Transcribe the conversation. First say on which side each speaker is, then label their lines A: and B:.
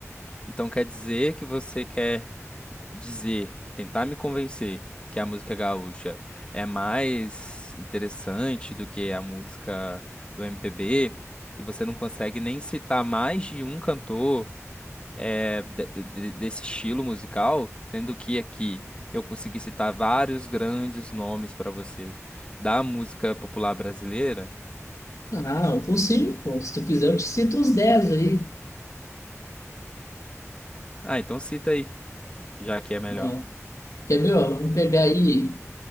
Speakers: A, on the left; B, on the left.
A: então quer dizer que você quer dizer, tentar me convencer que a música gaúcha é mais interessante do que a música do MPB e você não consegue nem citar mais de um cantor eh, de- de- de- desse estilo musical, sendo que aqui eu consegui citar vários grandes nomes para você da música popular brasileira.
B: Ah, eu consigo, pô. Se tu quiser, eu te cito uns 10 aí.
A: Ah, então cita aí. Já que é melhor.
B: Ó, quer ver, ó? Vamos pegar aí.